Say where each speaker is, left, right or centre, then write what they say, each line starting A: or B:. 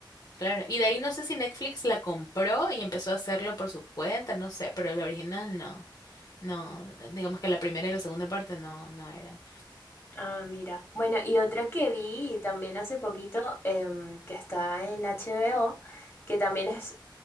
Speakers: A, on the left; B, on the left.
A: Claro, y de ahí no sé si Netflix la compró y empezó a hacerlo por su cuenta, no sé, pero la original no, no, digamos que la primera y la segunda parte no, no eran.
B: Ah, mira. Bueno, y otra que vi también hace poquito, em, que está en HBO, que también es,